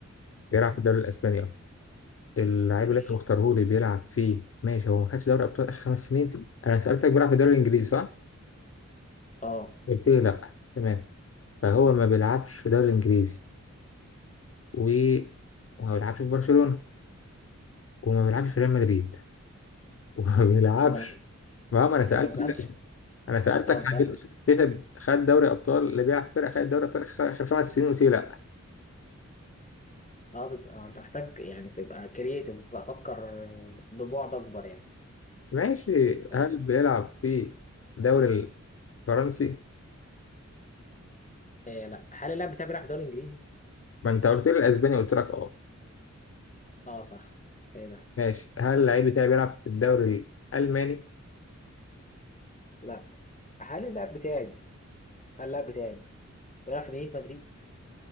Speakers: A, on the left (about 50°); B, on the left (about 25°).
A: بيلعب في الدوري الإسباني اه اللعيب
B: ماشي
A: اللي انت مختاره لي بيلعب فيه ماشي هو ما خدش دوري ابطال اخر خمس سنين انا سالتك بيلعب في الدوري الانجليزي صح؟
B: اه
A: قلت لي لا تمام فهو ما بيلعبش في الدوري الانجليزي و وما بيلعبش في برشلونه وما بيلعبش في ريال مدريد وما <laughs> بيلعبش
B: انت بس
A: ما ما انا سالتك
B: انت ما سالش
A: انا سالتك
B: اه انت
A: عن
B: سالت
A: جد- كسب خد دوري ابطال اللي بيلعب في فرقه خد دوري ابطال اخر آخر خمس سنين قلت لي لا
B: اه بس آه انت محتاج يعني تبقى كرييتيف بقى فكر ببعد اكبر يعني
A: ماشي
B: آه.
A: هل بيلعب في الدوري الفرنسي؟
B: إيه لا هل اللاعب بتاعي بيلعب في الدوري الانجليزي؟
A: ما انت قلت لي الاسباني قلت لك اه
B: اه صح ايه ده؟
A: ماشي هل اللعيب بتاعي بيلعب في الدوري الالماني؟
B: لا هل اللاعب بتاعي هل اللاعب بتاعي بيلعب في مدينة مدريد؟